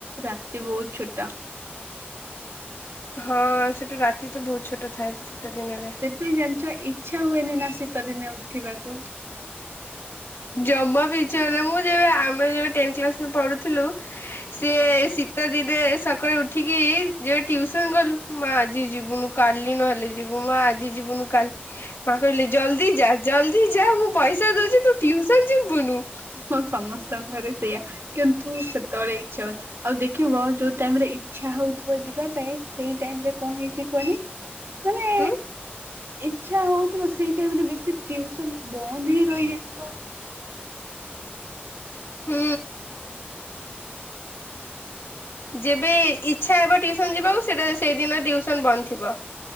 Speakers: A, on the right; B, on the left.
A: ରାତି ବହୁତ ଛୋଟ।
B: ହଁ ସେଠୁ ରାତି ତ ବହୁତ ଛୋଟ ଥାଏ। ଦିନରେ।
A: ସେଥି ପାଇଁ ଜାଣିଛ। ଇଚଛା ହୁଏନି ନା ଶୀତ ଦିନେ ଉଠିବାକୁ
B: ଜମା ବି ଇଚ୍ଛା ହୁଏନି। ମୁଁ ଯେବେ ଆମେ ଯେବେ ଟେନତ କ୍ଲାସରେ ପଢୁଥିଲୁ ସେ ଶି ଶୀତ ଦିନେ ସକାଳେ ଉଠିକି ଯ ଟିୁସନ କଲୁ, ମା ଆଜି ଯିବୁନୁ କାଲି ନହେଲେ ଯ ଯିବୁ ମା ଆଜି ଯିବୁନୁ କାଲି ପାଖରିଲେ ଜଲ ଦି ଯା ଜଲ୍ଦି ଯା ମୁଁ ପଇସା ଦଉଛି ତୁ ଟ୍ୟୁସନ ଜୀବୁନୁ?
A: ହଁ ସମସ୍ତଙ୍କରେ ସେଇୟଆ, କିନ୍ତୁ ସେତେବେଳେ ଇଚଛା ହଉନି ଆଉ ଦେଖିବ ଯୋଉ ଟାଇମ ରେ ଇଚ୍ଛା ହଉଥିବ ଯିବା ପାଇଁ ସେଇ ଟାଇମ ରେ କଣ ହେଇଚି କୁହନି ମାନେ
B: ହୁଁ
A: ଇଛା ହଉଥିବ ସେଇ ଟାଇମରେ ବେଶୀ ଟ୍ୟୁସନ ବନ୍ଦ ହେଇ ରହିଯାଇିଥିବ।
B: ହୁଁ। ଯେବେ ଇଚଛା ହେବ ଟିଉସନ ଯିବାକୁ ସେତେବେଳେ ସେଇଦିନ ଟିଉସନ ବନ୍ଦ ଥିବ।